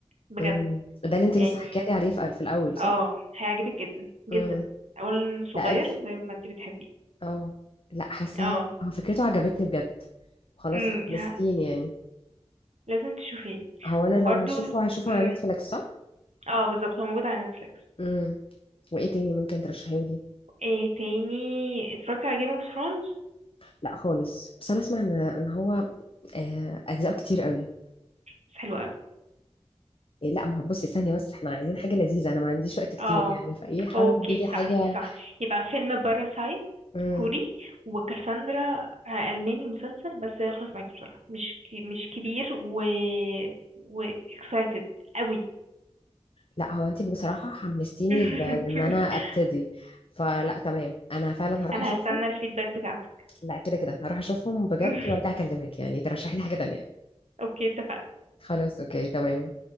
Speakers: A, on the right; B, on the left.
A: بجد
B: امم ده اللي انت
A: يعني
B: لسه حكيتي عليه في في الاول صح
A: اه هيعجبك جدا جدا
B: امم
A: اولا صغير
B: لا
A: زي ما انتي بتحبيه
B: اه لا حاساها
A: اه
B: هو فكرته عجبتني بجد خلاص
A: امم
B: خلصتيني
A: ه-
B: يعني
A: لازم تشوفيه
B: هو انا
A: وبرده
B: لو هشوفه هشوفه
A: امم
B: على نتفليكس صح
A: اه بالظبط هو موجود على نتفليكس
B: امم وايه تاني ممكن ترشحيهولي
A: ايه تاني اتفرجت على جيم اوف ثرونز
B: لا خالص بس انا اسمع ان ان هو آه، اجزاءه كتير قوي
A: بس حلو قوي
B: إيه، لا ما هو بصي ثانيه بس احنا عايزين حاجه لذيذه انا ما عنديش وقت كتير
A: اه
B: يعني فايه حاولي
A: اوكي
B: تجيبي حاجه
A: صح انت صح يبقى فيلم باراسايت
B: امم
A: كوري وكاساندرا آه، ألماني مسلسل بس يخلص معاكي بسرعة مش كي مش كبير و و excited قوي
B: لا هو انت بصراحه حمستيني
A: <laughs>
B: ل- لان انا ابتدي فلا تمام انا فعلا هروح
A: انا
B: اشوفهم
A: هستنى الفيدباك بتاعتك
B: لا كده كده هروح اشوفهم بجد
A: <laughs>
B: وارجع اكلمك يعني ترشحي لي حاجه تانية
A: اوكي اتفقنا
B: خلاص أوكي تمام